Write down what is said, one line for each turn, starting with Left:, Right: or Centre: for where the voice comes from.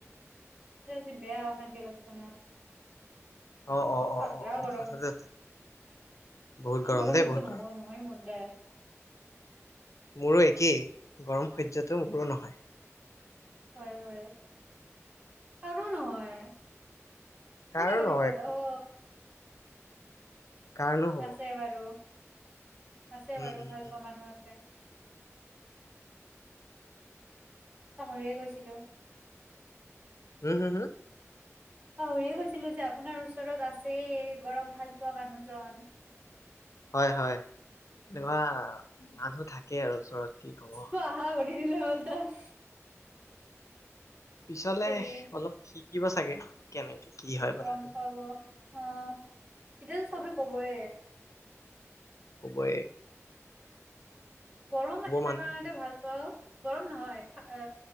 Right: আজি বেয়া অশান্তি লাগচে মোৰ।
Left: অ অ অ
Right: আগ্ৰা
Left: অ অ
Right: গৰম
Left: কথাটো
Right: -
Left: বহুত
Right: গৰম
Left: দেই
Right: সহ্য
Left: বহুত
Right: নহয়
Left: গৰম
Right: - নহয় মুৰ দ্বাৰা
Left: মোৰো একেই গৰম সহ্যটো মোৰো নহয়৷
Right: হয় হয় কাৰো নহয়
Left: কাৰো
Right: কোনে গৰম
Left: নহয়
Right: ভাল পায়? অ
Left: কাৰনো হ'ব
Right: আছে বাৰু। আছে
Left: উম
Right: বাৰু
Left: উম
Right: ভাল
Left: উম
Right: পোৱা মানুহ আছে। পাহৰিয়ে গৈছিলো।
Left: উম হম্?
Right: পাহৰিয়ে কৈছিলোঁ যে আপোনাৰ ওচৰত আছেই গৰম ভাল পোৱা মানুহজন।
Left: হয় হয়। এনেকুৱা মানুহ থাকে। তাকে আৰু ওচৰত কি কব
Right: কোৱা, হৈ গ'ল। দি দিলে হ'ল তাক
Left: পিছলে
Right: তেৰি
Left: অলপ ঠিক কিবা চাগে। কেনেকে কি হয়
Right: গম
Left: কথাটো
Right: পাব অ, এতিয়াতো চবে কবই।
Left: কবৈয়ে।
Right: গৰম এটা
Left: মানুহে
Right: কাৰণতে ভাল পাওঁ, গৰম নহয় এ